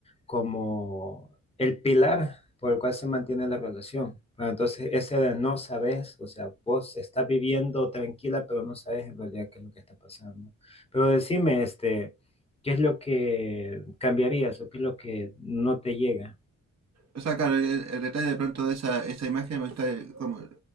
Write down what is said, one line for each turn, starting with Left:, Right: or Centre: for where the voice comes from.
Left: como el pilar por el cual se mantiene la relación. Pero entonces, ese de no sabes, o sea, vos estás viviendo tranquila, pero no sabes en realidad qué es lo que está pasando. Pero decime, este... ¿Qué es lo que cambiarías o qué es lo que no te llega?
Right: O sea, claro, el, el- el detalle de pronto de esa, esa imagen me gusta eh, como